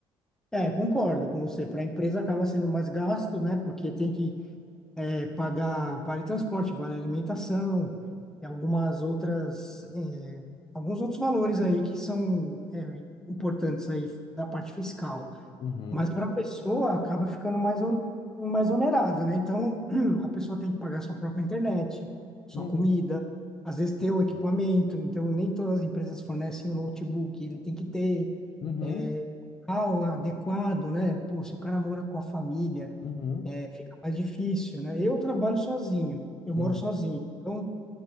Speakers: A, in the centre; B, on the left (about 50°).
A: É, concordo com você. Para a empresa acaba sendo mais gasto, né? Porque tem que é, pagar vale transporte, vale alimentação, e algumas outras, é, alguns outros valores aí que são é, importantes aí da parte fiscal.
B: Uhum,
A: Mas para a pessoa acaba ficando mais, on- mais onerada, né? Então, <clears throat> a pessoa tem que pagar sua própria internet, sua
B: uhum,
A: comida, às vezes ter o equipamento. Então, nem todas as empresas fornecem o notebook, ele tem que ter
B: uhum,
A: é, ah, o adequado, né? Pô, se o cara mora com a família,
B: uhum,
A: é, fica mais difícil, né? Eu trabalho sozinho, eu moro
B: uhum.
A: sozinho, então